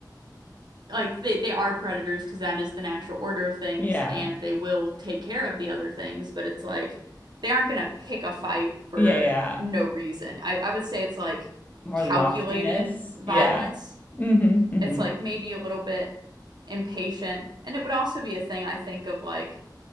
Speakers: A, on the right; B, on the left.
A: like they they are predators because that is the natural order of things,
B: Yeah.
A: and they will take care of the other things. But it's like they aren't gonna pick a fight for
B: Yeah, yeah.
A: no reason. I I would say it's like
B: More
A: calculated
B: loftiness.
A: violence.
B: Yeah. Mm-hmm. Mm-hmm.
A: It's like maybe a little bit impatient. And it would also be a thing I think of like